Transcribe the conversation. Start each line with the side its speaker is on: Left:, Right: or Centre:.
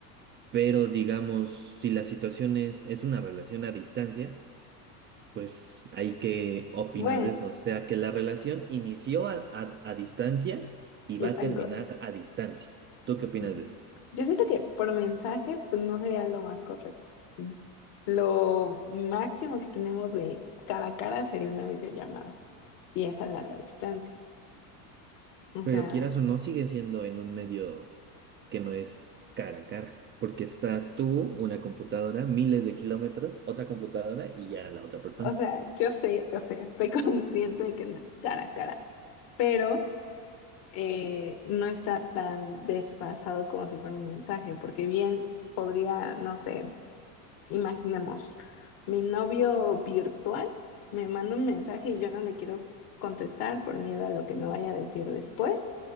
Right: Pero digamos, si la situación es, es una relación a distancia. Pues, ¿ahí qué opinas
Left: Bueno,
Right: de eso? O sea, que la relación inició a, a- a distancia y
Left: ya
Right: va
Left: están.
Right: a terminar a distancia. ¿Tú qué opinas
Left: Mm,
Right: de eso?
Left: Yo siento que por mensaje, pues no sería lo más correcto. Mm, Lo máximo que tenemos de cara a cara sería una videollamada, y es a larga distancia. O
Right: Pero
Left: sea,
Right: quieras o no, sigue siendo en un medio que no es cara a cara, porque estás tú, una computadora, miles de kilómetros, otra computadora y ya la otra persona.
Left: o sea, yo sé, o sea, estoy <laughs> consciente de que no es cara a cara, pero eh, no está tan desfasado como si fuera un mensaje, porque bien podría, no sé. Imaginemos, mi novio virtual me manda un mensaje y yo no le quiero contestar por miedo a lo que me vaya a decir después